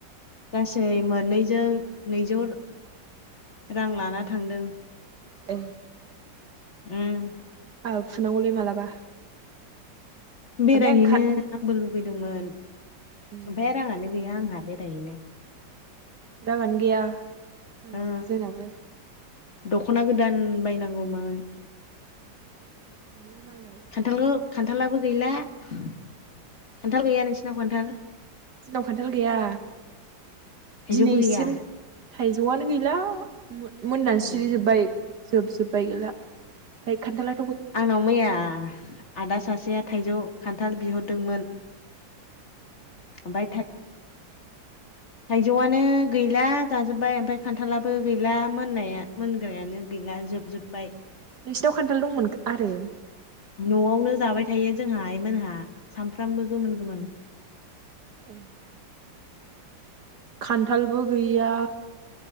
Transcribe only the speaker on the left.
गासै मोननैजों नैजौ रां लाना थांदों
उम
बेरायहनो
आबो लुगैदों दोंमोन
ओमफाय रांङानो गैया आंहा बेरायनोनो
ओ
दख'ना गोदान बायनांगौमोन
खान्थालखौ खान्थालाबो गैला खान्थाल गैया नोंसिनाव खान्थाल
थाइजौबो
गैया
उम
आंनाव मैया आदा सासेया थाइजौ खान्थाल बिहरदोंमोन। ओमफ्राय थाइ थाइजौआनो गैला जाजोब्बाय ओमफ्राय खान्थालाबो गैला मोननाया मोनग्रायानो गैला जोबजुब्बाय।
न'आवनो जाबाय थायो जोंहा आइमोनहा। सानफ्रामबो गोमोन गोमोन।